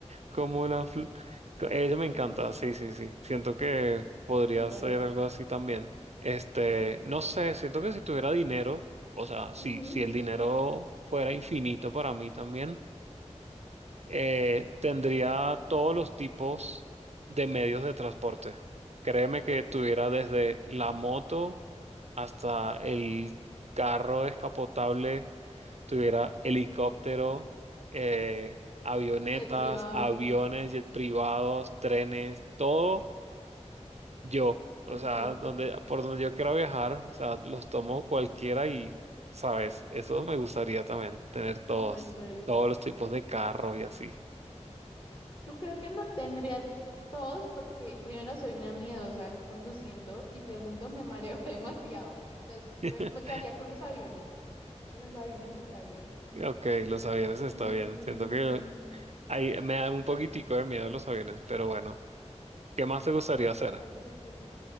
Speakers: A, on the right (about 65°); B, on the left (about 45°).
A: Como la... fl- co- Ella me
B: Sí,
A: encanta, sí, sí, sí. Siento que podría
B: icónica.
A: ser algo así también. Este, no sé, siento que si tuviera dinero, o sea, si,
B: Ujú,
A: si el dinero fuera infinito para mí también, eh, tendría todos los tipos de medios de transporte. Créeme que tuviera desde la moto hasta el carro descapotable tuviera helicóptero, eh, avionetas,
B: Jet privado,
A: aviones, jet privados, trenes, todo yo. O
B: qué
A: sea,
B: chévere,
A: donde, por donde yo quiera viajar, o sea, los tomo cualquiera y, sabes, eso me gustaría también, tener todos,
B: está chévere.
A: todos los tipos de carro y así.
B: Yo creo que no tendría todos porque primero soy una miedosa conduciendo y segundo me mareo <laughs> demasiado. Entonces
A: <laughs>
B: pre- me quedaría con los aviones. Con los aviones está bien.
A: Ok, los aviones está
B: Mm,
A: bien. Siento que ahí me da un poquitico de miedo los aviones, pero bueno, ¿qué más te gustaría
B: no importa,
A: hacer?
B: sí, no importa.